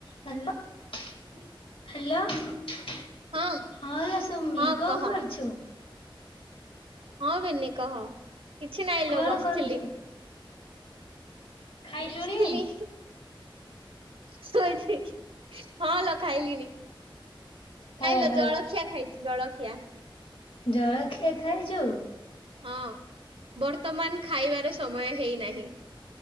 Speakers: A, on the left; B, on the right.
A: ହ୍ୟାଲୋ। ହ୍ୟାଲୋ
B: ହଁ
A: ହଁ ଲୋ ସୁୁମି
B: ହଁ
A: କଣ
B: କହ
A: କରୁଛୁ?
B: ହଁ ବିନି କହ କିଛି ନାଇଁ
A: କଣ
B: ଲ ବସିଥିଲି।
A: କରୁଛୁ? ଖାଇଲୁଣି?
B: ବସିଥିଲି। ଶୋଇଥି ହଁ ଲ ଖାଇଲିଣି।
A: ହଉ
B: ନାଇଁ ଲ
A: ହଉ
B: ଜଳଖିଆ ଖାଇଛି ଜଳଖିଆ।
A: ଜଳଖିଆ ଖାଇଛୁ?
B: ହଁ ବର୍ତ୍ତମାନ ଖାଇବାର ସମୟ ହେଇନାହିଁ।